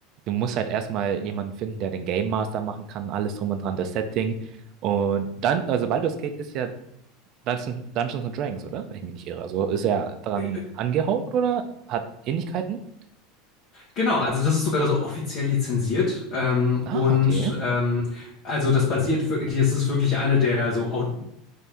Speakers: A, on the right (about 45°); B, on the left (about 50°).
A: du musst halt erstmal jemanden finden, der den Game Master machen kann, alles drum und dran, das Setting. Und dann, also Baldur's Gate ist ja Dungeons, Dungeons and Dragons, oder? Wenn ich mich nicht irre. Also ist er daran
B: Äh, äh,
A: angehaucht oder hat Ähnlichkeiten?
B: Genau, also das ist sogar so offiziell lizenziert ähm,
A: Ah,
B: und
A: okay.
B: ähm, also das basiert wirklich, das ist wirklich eine der so au-